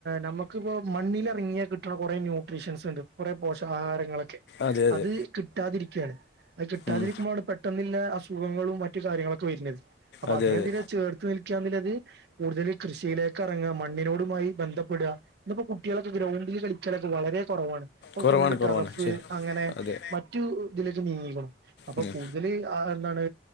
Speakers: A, on the right (about 60°); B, on the left (about 60°).
A: നമുക്കിപ്പോ മണ്ണിലിറങ്ങിയാൽ കിട്ടണ കൊറേ ന്യൂട്രീഷൻസ്ണ്ട് കുറെ പോഷകാഹാരങ്ങളൊക്കെ
B: അതെ അതെ
A: അത് കിട്ടാതിരിക്കാൻ അത് കിട്ടാതിരിക്കുമ്പോൾ
B: ഉം,
A: അവി പെട്ടെന്നില്ല അസുഖങ്ങളും മ റ്റ് കാര്യങ്ങളൊക്കെ വര്ണത് അപ്പൊ
B: അതെ
A: അതേതില്
B: അതെ
A: ചേർത്ത് നിൽക്കാങ്കിലത് കൂടുതല് കൃഷിയിലേക്കെറങ്ങ മണ്ണിനോടുമായി ബന്ധപ്പെട ഇന്നപ്പോ കുട്ട്യേളൊക്കെ ഗ്രൗണ്ടില് കളിച്ചണത് വളരെ കുറവാണ് ഇപ്പോ
B: കുറവാണ്
A: ഫുൾ
B: കുറവാണ്
A: ടറഫ്
B: ശരി
A: അങ്ങനെ
B: അതെ
A: മറ്റു ഇതിലേക്ക് നീങ്ങിക്കണു. അപ്പൊ
B: ഉം,
A: കൂടുതല് ആ എന്താണ്